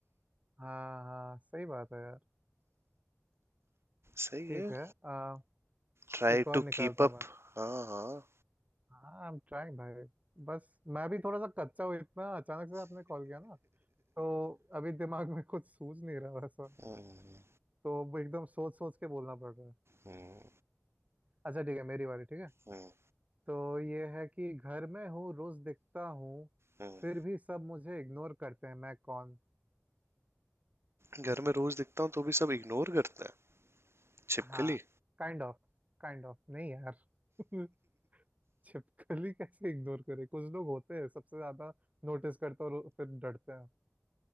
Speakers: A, on the right; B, on the right.
A: हाँ हाँ सही बात है यार
B: सही
A: ठीक
B: है
A: है आ,
B: Try
A: एक और
B: to
A: निकालता
B: keep
A: हूँ
B: up
A: मैं
B: हाँ हाँ
A: हाँ आई एम ट्राइंग भाई बस मैं भी थोड़ा सा कच्चा हूँ इतना अचानक से आपने कॉल किया ना तो अभी दिमाग में कुछ सूझ नहीं रहा वैसा
B: हम्म,
A: तो अब एकदम सोच सोच के बोलना पड़ रहा है
B: हम्म,
A: अच्छा ठीक है मेरी बारी ठीक है
B: हम्म,
A: तो ये है कि घर में हूँ रोज दिखता हूँ
B: हम्म।
A: फिर भी सब मुझे इग्नोर करते हैं मैं कौन
B: घर में रोज दिखता हूँ तो भी सब इग्नोर करते हैं छिपकली
A: हाँ Kind of काइंड ऑफ नहीं यार <laughs> छिपकली कैसे इग्नोर करे कुछ लोग होते हैं सबसे ज्यादा नोटिस करते हैं और फिर डरते हैं